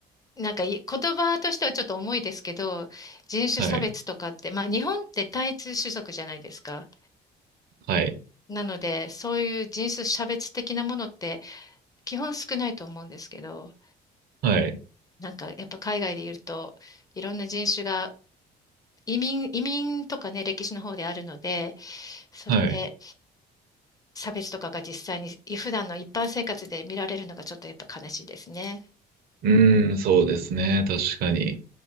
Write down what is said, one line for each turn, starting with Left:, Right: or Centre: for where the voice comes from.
Left: なんかい言葉としてはちょっと重いですけど、人種差別とかって、
Right: はい。
Left: まあ日本って単一種族じゃないですか。
Right: はい。
Left: なので、そういう人種差別的なものって基本少ないと思うんですけど、
Right: はい。
Left: なんかやっぱ海外でいるといろんな人種が移民、移民とかね、歴史の方であるので、それで
Right: はい。
Left: 差別とかが実際に普段の一般生活で見られるのがちょっとやっぱ悲しいですね。
Right: うん、そうですね。確かに。